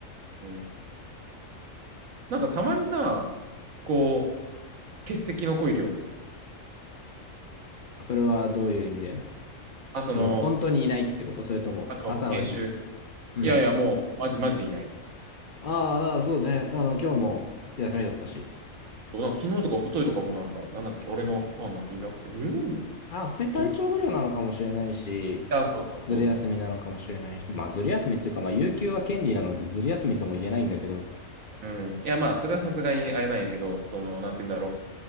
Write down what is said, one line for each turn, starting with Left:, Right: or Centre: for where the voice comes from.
Right: うん。なんかたまにさ、こ欠席の子いるよね。
Left: それはどういう意味で
Right: あ、その、
Left: その本当にいないってことそれとも朝のじ、
Right: あ、そう、研修。
Left: うん。
Right: いやいや、もう、マジ、マジでいない。
Left: ああ、だからそうね。あの、今日も休みだったし。
Right: なんか昨日とか一昨日とかもなんか、なんだっけ、俺のファンなんかいなくて、えー、
Left: ああ、普通に体調不良なのかもしれないし、
Right: ど、いそうそうそ
Left: ずる休みなのかもしれないし。まあずる休みっていうか、まあ有給は権利なのでずる休みとも言えないんだけど。
Right: う。うん。いや、まあ、それはさすがにあれなんやけど、その、なんて言うんだろ